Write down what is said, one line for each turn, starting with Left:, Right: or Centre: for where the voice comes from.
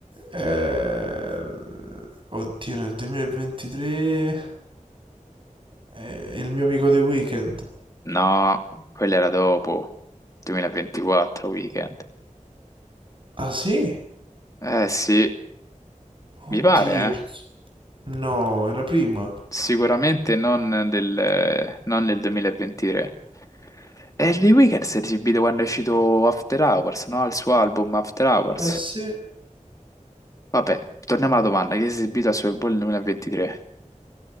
Right: eh, oddio, nel 2023 è il mio amico The Weeknd.
Left: No, quello era dopo, 2024 weekend.
Right: Ah sì?
Left: Eh sì, mi
Right: Oddio.
Left: pare, eh.
Right: No, era prima.
Left: Sicuramente non del, non nel 2023. E The Weeknd si è esibito quando è uscito After Hours, no? Il suo album After Hours.
Right: Eh sì.
Left: Vabbè, torniamo alla domanda, chi si è esibito al Super Bowl nel 2023?